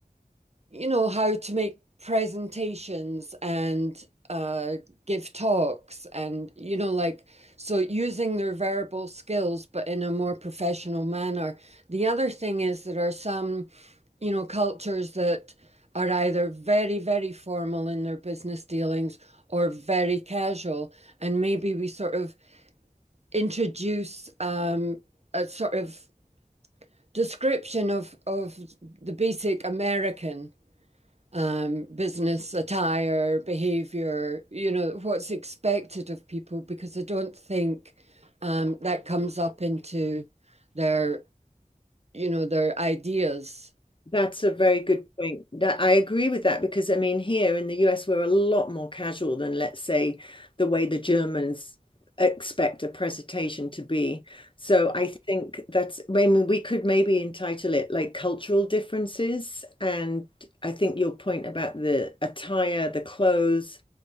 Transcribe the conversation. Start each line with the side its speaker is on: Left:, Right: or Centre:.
Right: you know, how to make presentations and uh, give talks and, you know, like, so using their verbal skills, but in a more professional manner. The other thing is there are some, you know, cultures that are either very, very formal in their business dealings or very casual. And maybe we sort of introduce um, a sort of description of of the basic American um, business attire, behavior, you know, what's expected of people, because I don't think um, that comes up into their, you know, their ideas.
Left: That's a very good point. That I agree with that because I mean here in the US we're a lot more casual than let's say the way the Germans expect a presentation to be. So I think that's I mean we could maybe entitle it like cultural differences and I think your point about the attire, the clothes,